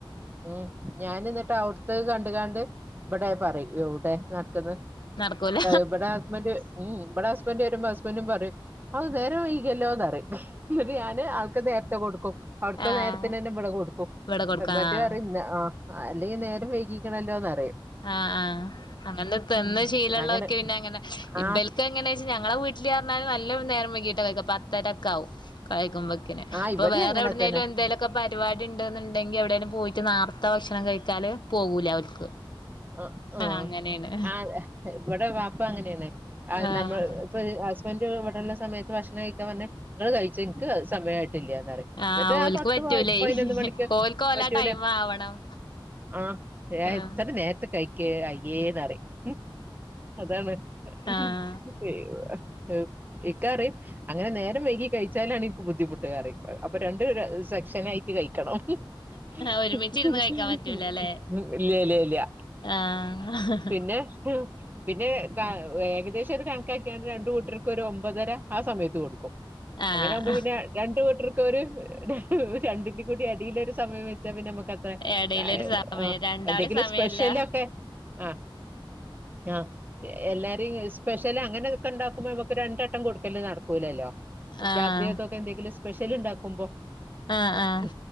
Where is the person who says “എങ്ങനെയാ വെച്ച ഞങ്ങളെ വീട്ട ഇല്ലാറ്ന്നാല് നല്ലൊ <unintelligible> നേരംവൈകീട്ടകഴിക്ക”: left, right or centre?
Left